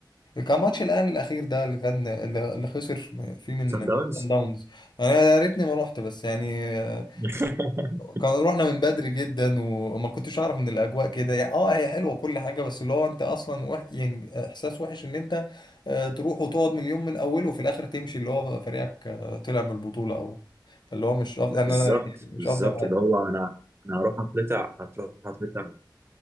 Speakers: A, on the left (about 70°); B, on the right (about 30°).
A: كان ماتش الاهلي الاخير ده اللي كان اللي خسر فيه من
B: سان
A: من
B: داونز
A: صن داونز يعني يا ريتني ما روحت بس يعني آه،
B: <laughs>
A: كان رحنا من بدري جدا وما كنتش اعرف ان الاجواء كده يعني اه هي حلوه كل حاجه بس اللي هو انت اصلا وح... يعني احساس وحش ان انت آه، تروح وتقعد من اليوم من اوله وفي الاخر تمشي اللي هو فريقك آه، طلع من البطوله او اللي هو مش افضل يعني
B: بالظبط
A: انا يعني مش
B: بالظبط
A: افضل
B: اللي هو انا انا هروح اتلتع هتروح هتلتع